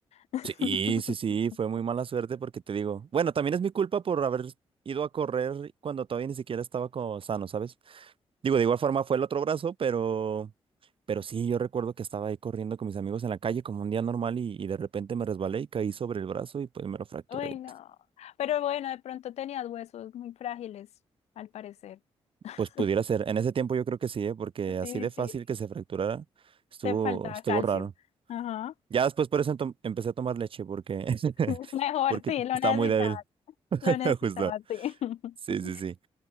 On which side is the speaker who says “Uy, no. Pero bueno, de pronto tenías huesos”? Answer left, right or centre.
Left